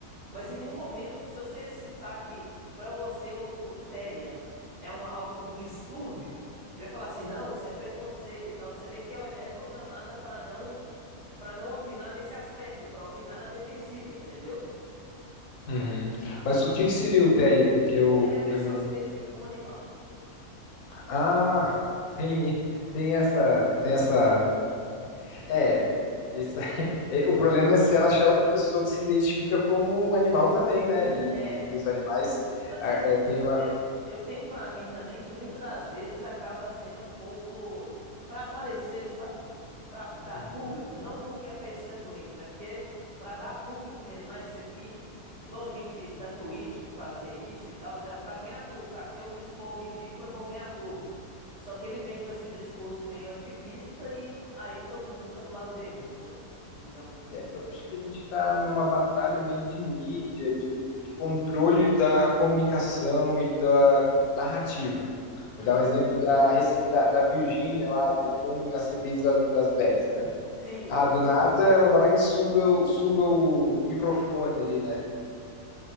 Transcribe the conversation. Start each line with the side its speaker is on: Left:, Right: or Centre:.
Right: Mas em nenhum momento, se você citar que para você o, o Therian é um, algo- um distúrbio, ele vai falar assim, não, isso é preconceito e tal. Você vê que ela já é programada para não para não opinar nesse aspecto, para opinar na defensiva, entendeu?
Left: Uhum. Mas o que que seria o Therian? Que eu,
Right: Therian é a pessoa
Left: eu não.
Right: que se identifica como animal.
Left: Ah, tem, tem essa, tem essa. É, isso, <laughs> é, o problema é se ela achar outra pessoa que se identifica como um animal também, né? E,
Right: É,
Left: e os animais
Right: Assim,
Left: ah, é,
Right: muitas
Left: têm uma.
Right: vezes, eu tenho pra mim também que muitas das vezes acaba sendo um pouco pra aparecer, sabe? Pra dar
Left: Uhum.
Right: público, não porque a pessoa é doente, mas porque pra dar público mesmo. Ah, isso aqui, igual gente da Twitch que fazia isso e tal, era pra ganhar público. Ah, se eu me expor ridículo, eu vou ganhar público. Só que ele vem com esse discurso meio ativista e aí todo mundo fica do lado dele, entendeu? Digamos assim.
Left: Eu acho que a gente está numa batalha meio de mídia, de, de controle da comunicação e da narrativa.
Right: Uhum.
Left: Vou dar um exemplo da recente da, da Virgínia lá depondo na CPI das, das bets, né?
Right: Sim.
Left: Ah, do nada ela vai lá e suga, o- suga o microfone ali, né?